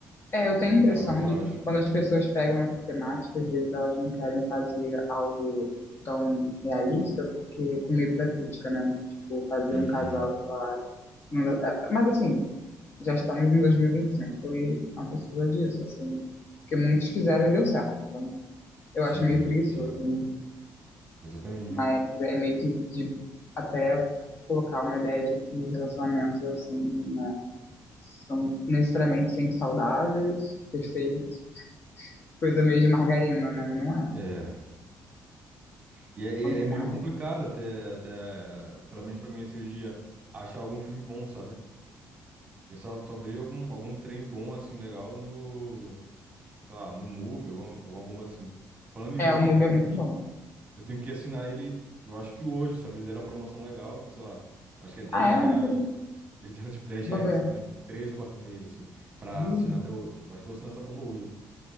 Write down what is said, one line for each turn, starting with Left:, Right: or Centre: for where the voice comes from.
Left: É, eu tenho
Right: Eu,
Left: a impressão
Right: pelo menos, eu
Left: de que
Right: acho.
Left: quando as pessoas pegam essa temática, às vezes elas não querem fazer algo tão realista, porque com medo da crítica, né? Tipo, fazer
Right: Hum,
Left: um casal, sei lá, não dá- é, Mas assim, já estamos em 2025 e vinte e cinco e não precisa disso, assim. Porque muitos fizeram e deu certo. Então, eu
Right: sim,
Left: acho meio preguiçoso,
Right: sim,
Left: né?
Right: exatamente.
Left: Mas é meio que de até colocar uma ideia de que relacionamentos, assim, né, são necessariamente sempre saudáveis, perfeitos. Coisa meio de margarina, né? Não é
Right: É, e é, e
Left: complicado.
Right: é meio complicado até, até, eh, pelo menos pra mim, esse dia, achar algum filme bom, sabe? Eu só, só vejo algum, algum trem bom, assim, legal no... sei lá, no MUB, alguma, alguma bomba assim. Falando em MUB,
Left: É, o Mubi
Right: cara,
Left: é
Right: tem
Left: muito
Right: que,
Left: bom.
Right: eu tenho que assinar ele, eu acho que hoje, sabe? Eles deram uma promoção legal, sei lá, acho que é 10
Left: Ah, é?
Right: reais.
Left: Não tô-
Right: <laughs> Eles deram tipo 10 reais
Left: Vou ver.
Right: assim, durante 3 ou 4 meses, assim, pra
Left: Hum,
Right: assinar até hoje. Eu acho que eu vou assinar essa bomba hoje.